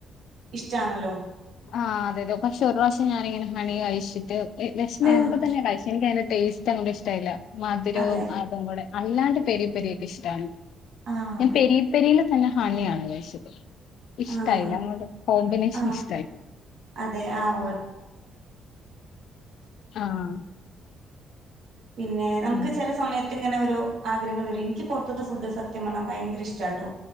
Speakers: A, on the right; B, on the left.
A: ഇഷ്ടമാണല്ലോ
B: ആഹ് അതെതെ പക്ഷെ ഒരു പ്രാവിശ്യം ഞാനിങ്ങനെ ഹണി കഴിച്ചിട്ട് വിശന്നുരുന്നപ്പോൾ
A: ആഹ്
B: തന്നെയാ കഴിച്ചേ എനക്ക് അതിന്റെ ടേസ്റ്റ് അങ്ങോട്ടും ഇഷ്ടമല്ല മധുരവും
A: അതെ
B: അതും കൂടെ അല്ലാണ്ട് പരി പെരിയൊക്കെ ഇഷ്ടമാണ്.
A: ആഹ്
B: ഞാൻ പെരി പെരിൽ തന്നെ ഹണിയാണ് കഴിച്ചത് ഇഷ്ടായില്ല
A: ആഹ്
B: അങ്ങോട്ട് <unintelligible> കൊമ്പിനേഷൻ
A: ആഹ്
B: ഇഷ്ട്ട
A: അതെ ആഹ
B: ആഹ്
A: പിന്നെ നമുക്ക്
B: ആഹ്
A: ചിലസമയത് ഇങ്ങനെ ഒരു ഓ ആഗ്രഹങ്ങൾ വരും എനിക്ക് പുറത്തത്തെ ഫുഡ് സത്യം പറാഞാൽ ഭയങ്കര ഇഷ്ടാട്ടോ